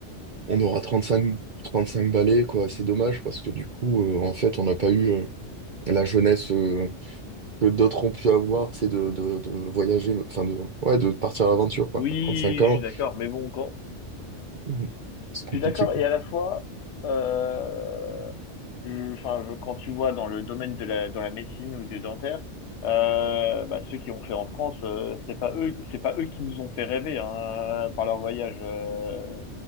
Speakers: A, on the right; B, on the left.
A: on aura 35 balais, quoi. C'est dommage parce que du coup, euh, en fait, on n'a pas eu euh, la jeunesse. euh, que d'autres ont pu avoir, tu sais, de, de, de voyager, enfin de, ouais, de partir à l'aventure, quoi.
B: Oui,
A: À 35 ans,
B: je suis d'accord, mais bon, quand,
A: Mhm. c'est compliqué,
B: Je suis d'accord
A: quoi.
B: et à la fois, euh, je- enfin, je- quand tu vois dans le domaine de la, dans la médecine ou du dentaire, euh, bah, ceux qui ont fait en France, euh, c'est pas eux, c'est pas eux qui nous ont fait rêver hein, par leur voyage. euh.